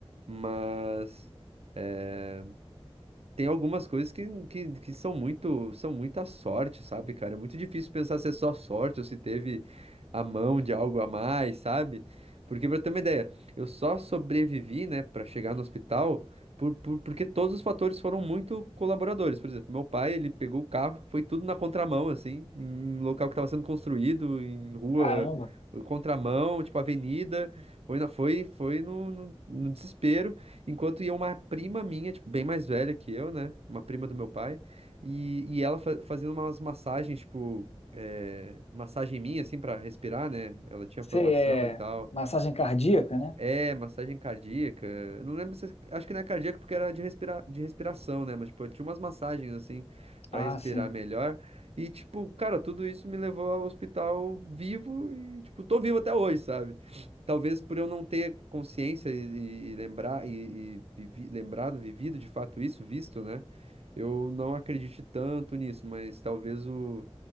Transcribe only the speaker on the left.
Caramba.
Você
é
massagem cardíaca, né?
Ah,
sim.